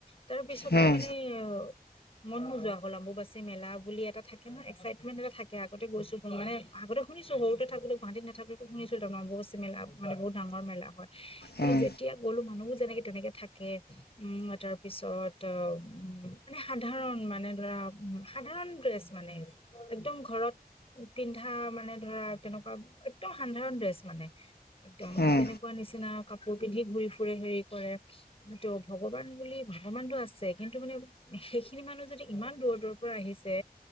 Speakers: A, on the left; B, on the left.
A: তাৰপিছৰ
B: হুম
A: পৰা মানে অ মন নোযোৱা হ'ল আম্বুবাচী মেলা বুলি এটা থাকে ন এক্সাইটমেণ্ট এটা থাকে আগতে গৈছো মানে আগতে শুনিছো সৰুতে থাকো গুৱাহাটী নেথা শুনিছো <unintelligible> মেলা মানে বহুত ডাঙৰ মেলা হয়। কিন্তু
B: উম
A: যেতিয়া গ'লো মানুহবোৰ যেনেকে তেনেকে থাকে, উম' তাৰ পিছত, উম' মানে সাধাৰণ মানে ধৰা সাধাৰণ ড্ৰেছ মানে একদম ঘৰত পিন্ধা মানে ধৰা তেনেকুৱা একদম সাধাৰণ ড্ৰেছ মানে একদম
B: উম
A: তেনেকুৱা নিচিনা কাপোৰ পিন্ধি ঘুৰি ফুৰে হেৰি কৰে ত' ভগৱান বুলি ভগৱানটো আছে কিন্তু মানে সেইখিনি মানুহ যদি ইমান ইমান দূৰ দূৰৰ পৰা আহিছে,